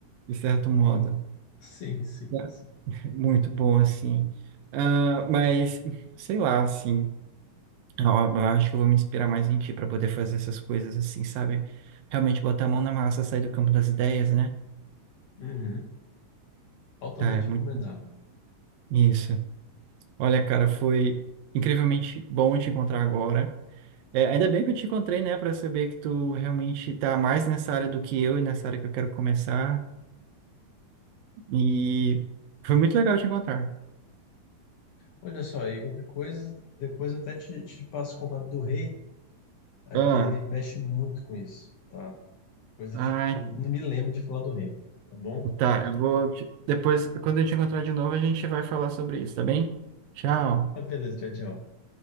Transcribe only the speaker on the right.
de certo modo.
né?
Muito bom, assim. Ah, mas, sei lá, assim, ó, eu acho que eu vou me inspirar mais em ti para poder fazer essas coisas assim, sabe? Realmente botar a mão na massa, sair do campo das ideias, né?
Tá, é
muito isso. Olha, cara, foi incrivelmente bom te encontrar agora. É, ainda bem que eu te encontrei, né, para saber que tu realmente tá mais nessa área do que eu e nessa área que eu quero começar. E foi muito legal te encontrar.
Ah,
ah,
Tá, eu vou. te- Depois, quando eu te encontrar de novo, a gente vai falar sobre isso, tá bem? Tchau.